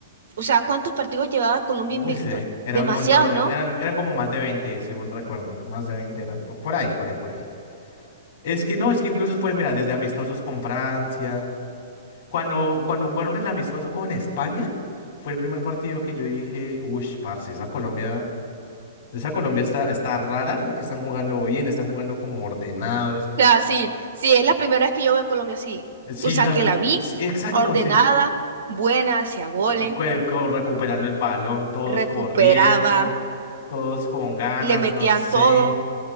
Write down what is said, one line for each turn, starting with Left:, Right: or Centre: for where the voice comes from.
Right: O sea, ¿cuántos partidos llevaba Colombia
Left: Uy,
Right: invicto?
Left: se era
Right: Demasiados,
Left: un montón,
Right: ¿no?
Left: er- eran,
Right: O
Left: eran como más de 20, según recuerdo, más de 20 eran, por, por ahí, por ahí, por ahí. Es que no, es que incluso fue, mira, desde amistosos con Francia, cuando, cuando jugaron el amistoso con España, fue el primer partido que yo dije, uy, parce, esa Colombia... Esa Colombia está, está rara porque están jugando bien, están jugando como ordenados.
Right: sea, sí, sí, es la primera vez que yo veo a Colombia así.
Left: Sí,
Right: O sea,
Left: yo también.
Right: que la vi
Left: Sí, exacto,
Right: ordenada,
Left: sí.
Right: buena, hacía goles,
Left: Eh, cue- co- Recuperando el balón, todos
Right: recuperaba,
Left: corriendo, todos con ganas,
Right: le metían
Left: no sé.
Right: todo.